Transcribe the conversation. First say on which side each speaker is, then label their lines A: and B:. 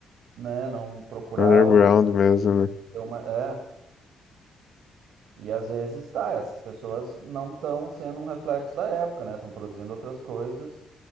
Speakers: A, on the right; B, on the left.
A: né, não procurar
B: underground
A: ou não
B: mesmo, né?
A: ter uma. É, e às vezes tá, essas pessoas não estão sendo um reflexo da época, né? Estão produzindo outras coisas.